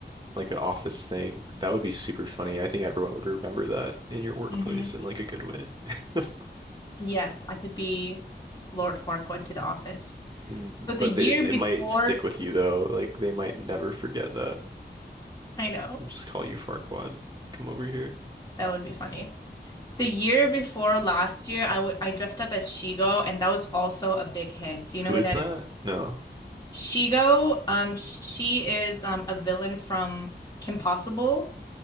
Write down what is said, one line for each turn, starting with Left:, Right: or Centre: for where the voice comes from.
Right: like an office thing. That would be super funny. I think everyone would remember that in your workplace
Left: Mhm.
Right: in like a good way. <laughs>
Left: Yes, I could be Lord Farquaad to the office.
Right: Mm, But
Left: So the year
Right: they, it
Left: before,
Right: might stick with you though. Like they might never forget that.
Left: I know
Right: I'll just call you Farquad. Come over here.
Left: that would be funny. The year before last year, I w- I dressed up as Shigo, and that was also a big hit. Do you
Right: Who
Left: know who
Right: is
Left: that
Right: that?
Left: is?
Right: No.
Left: Shigo, um, she is um a villain from Kim Possible.